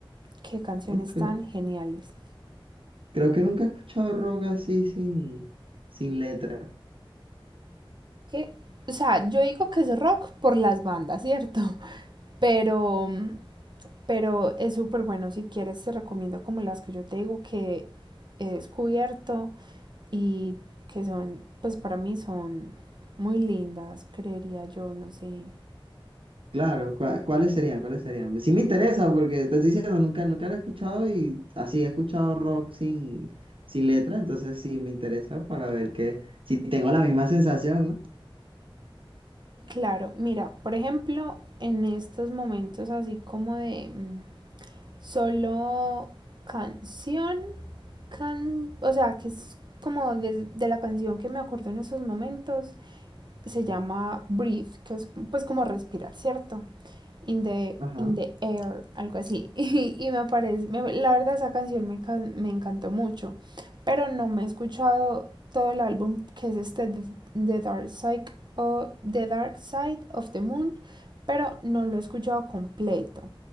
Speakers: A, on the right; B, on the right.
A: Qué canciones
B: Ok.
A: tan geniales.
B: Creo que nunca he escuchado rock así sin, sin letra.
A: Que, o sea, yo digo que es rock por las bandas, ¿cierto? Pero, pero es súper bueno si quieres, te recomiendo como las que yo te digo que he descubierto y que son, pues para mí son muy lindas, creería yo, no sé.
B: Claro, ¿cuá- ¿cuáles serían? ¿Cuáles serían? Sí me interesa porque te estoy diciendo, nunca, nunca lo he escuchado y así he escuchado rock sin, sin letra, entonces sí me interesa para ver que si tengo la misma sensación,
A: Claro, mira, por ejemplo, en estos momentos así como de mm, solo canción, can, o sea, que es como de, de la canción que me acuerdo en esos momentos, se llama Breathe, que es pues como respirar, ¿cierto? in the,
B: ¿no? Ajá.
A: in the air, algo así. <laughs> Y, y me parece, me- la verdad esa canción me, me encantó mucho, pero no me he escuchado todo el álbum que es este The- The Dark Side o The Dark Side of the Moon, pero no lo he escuchado completo.